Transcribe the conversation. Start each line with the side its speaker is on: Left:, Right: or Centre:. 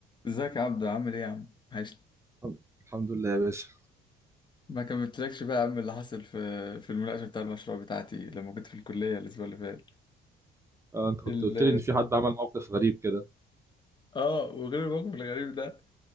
Left: ازيك يا عبدو عامل ايه يا عم عشت
Right: الحمد الحمد لله يا باشا
Left: ما كملتلكش بقى يا عم اللي حصل في في المناقشه بتاع المشروع بتاعتي لما كنت في الكليه الاسبوع اللي فات
Right: آه انت كنت
Left: ال
Right: قلت لي ان في حد عمل موقف غريب كده
Left: اه وغير الموقف الغريب ده